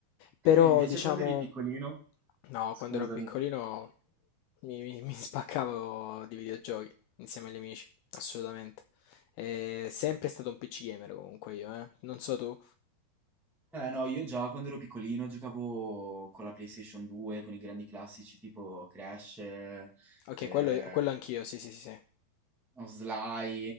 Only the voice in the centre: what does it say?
<laughs> E invece
quando eri piccolino,
scusami.
Eh no, io già quando ero piccolino giocavo con la PlayStation 2, con i grandi classici tipo Crash, eh,
o Sly,